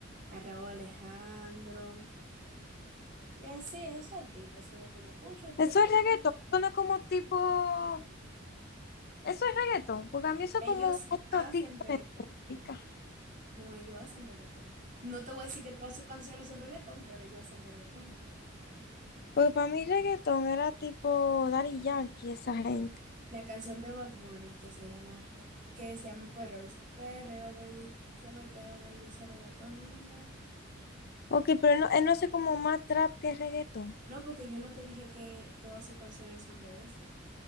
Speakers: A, on the right (about 40°); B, on the left (about 50°).
A: a Raúl Alejandro, y así, eso artistas, eso es lo que yo escucho, tú,
B: Eso
A: cuál?
B: es reggaetón, suena como tipo... Eso es reggaetón, porque a mí eso
A: Ellos
B: es como otro
A: hacen
B: tipo
A: reggaetón,
B: de música.
A: no, ellos hacen reggaetón. No te voy a decir que todas sus canciones son reggaetón, pero ellos hacen reggaetón.
B: Pues para mí reggaetón era tipo Daddy Yankee, esa gente.
A: La canción de Bad Bunny que se llama, que se llama Perreo, dice, Perreo, baby, sobeteo, baby, ese regatón linda.
B: Ok, pero no, eh, no sé como más trap que reggaetón.
A: No, porque yo no te dije que todas sus canciones son de eso.